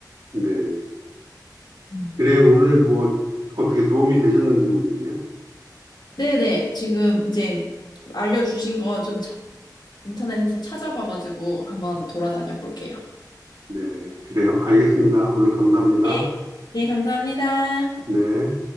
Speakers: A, on the right; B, on the left.
A: 네.
B: 음.
A: 그래, 오늘 뭐 어떻게 도움이 되셨는지 모르겠네요.
B: 네네, 지금 이제 알려주신 거 좀 인터넷에서 찾아봐가지고 한번 돌아다녀 볼게요.
A: 네, 그래요. 알겠습니다. 오늘 감사합니다.
B: 네. 네, 감사합니다.
A: 네.